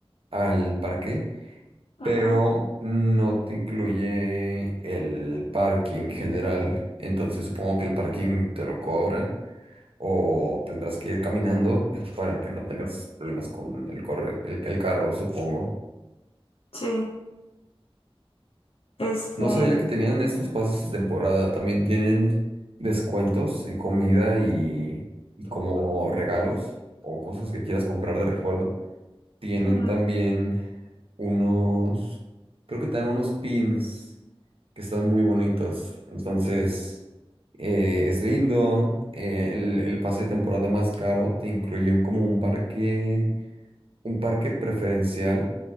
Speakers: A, on the right; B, on the left.
A: al parque,
B: ajá,
A: pero no te incluye el parking general. Entonces supongo que el parking te lo cobran o tendrás que ir caminando <laughs> para que no tengas problemas con el correr, el, el carro, supongo.
B: sí, este,
A: No sabía que tenían estos pases de temporada. También tienen descuentos en comida y, y como regalos o cosas que quieras comprar de recuerdo. Tienen
B: ujú,
A: también unos, creo que te dan unos pins que están muy bonitos. Entonces, eh, es lindo. Eh, el, el pase de temporada más caro te incluye un, como un parque, un parque preferencial